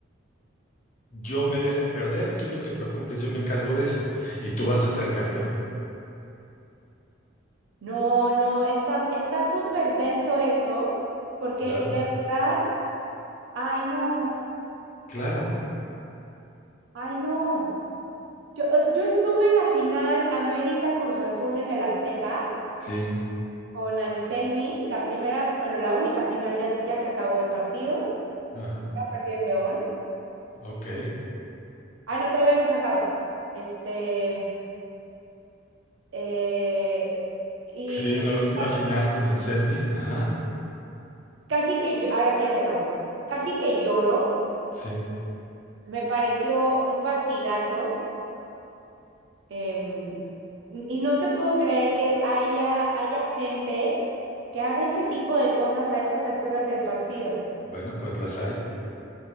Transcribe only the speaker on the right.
No, no, está, está súper denso eso, porque
de verdad, ay no,
ay no. Yo, eh, yo estuve en la final América Cruz Azul en el Azteca
con Anselmi, la primera, bueno, la única final de Anselmi, ya se acabó el partido,
ya perdió en León.
Ah, no, todavía no se acaba. Este, eh, y
casi,
casi que yo, ahora sí ya se acabó, casi que lloro,
me pareció un partidazo. Em, y no te puedo creer que haya, haya gente que haga ese tipo de cosas a estas alturas del partido.